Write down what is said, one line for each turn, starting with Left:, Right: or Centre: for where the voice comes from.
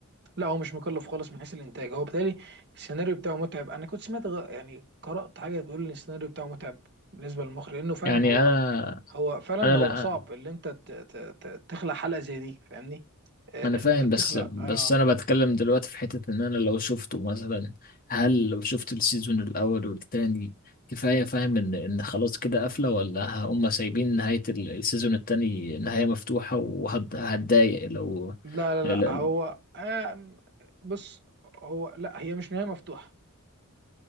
Right: لا هو مش مكلف خالص من حيث الإنتاج هو بالتالي السيناريو بتاعه متعب أنا كنت سمعت غ... يعني قرأت حاجة بتقول إن السيناريو بتاعه متعب بالنسبة للمخرج لأنه فعلا
Left: يعني
Right: هو
Left: انا
Right: هو فعلا
Left: انا
Right: هو
Left: لا
Right: صعب اللي أنت ت... ت... ت... تخلق حلقة زي دي فاهمني آه،
Left: ما
Right: لأن
Left: انا فاهم
Right: أنت بتخلق
Left: بس بس
Right: آه
Left: انا بتكلم دلوقتي في حتة ان انا لو شفته مثلا هل لو شفت السيزون الاول والتاني كفاية فاهم ان ان خلاص كده قافلة ولا هم سايبين نهاية ال- السيزون التاني نهاية مفتوحة وهتضايق لو
Right: لا لا
Left: لا-
Right: لا هو آم، بص هو لا هي مش نهاية مفتوحة